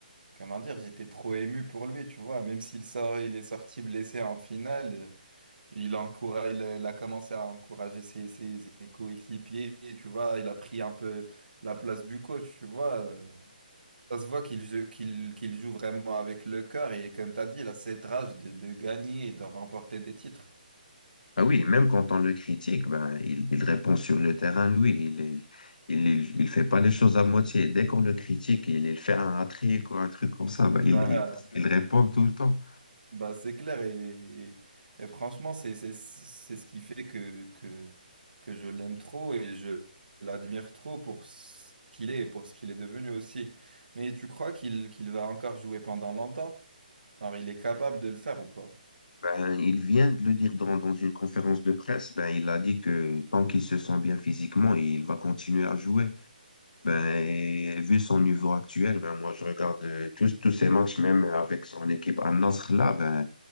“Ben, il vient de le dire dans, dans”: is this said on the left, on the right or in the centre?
Left